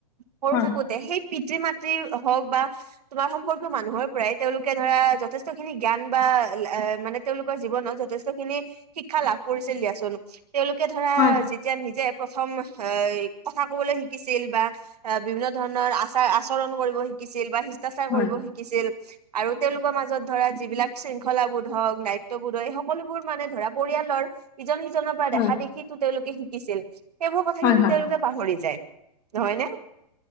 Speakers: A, on the right; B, on the left.
A: সৰু
B: হয়
A: থাকোতে সেইট- পিতৃ -মাতৃ হওক বা তোমাৰ সম্পৰ্কীয় মানুহৰ পৰাই তেওঁলোকে ধৰা যথেষ্ট খিনি জ্ঞান বা মানে তেওঁলোকৰ জীৱনত যথেষ্ট খিনি শিক্ষা লাভ কৰিছিল দিয়াচোন। তেওঁলোকে ধৰা
B: হয়,
A: যেতিয়া নিজে প্ৰথম আহ কথা কবলৈ শিকিছিল বা আহ বিভিন্ন ধৰণৰ আচাৰ -আচৰণ কৰিব শিকিছিল বা শিষ্টাচাৰ
B: হয়,
A: কৰিব শিকিছিল আৰু তেওঁলোকৰ মাজত ধৰা যিবিলাক শৃংখলাবোধ হওক, নাই'ত বোধ হয় এই সকলোবোৰ মানে ধৰা পৰিয়ালৰ ইজনে সিজনপ
B: হয়,
A: দেখা দেখিতো তেওঁলোকে শিকিছিল সেইবোৰ কথা
B: হয়,
A: কিন্তু
B: হয়,
A: তেওঁলোকে পাহৰি যায় নহয় নে?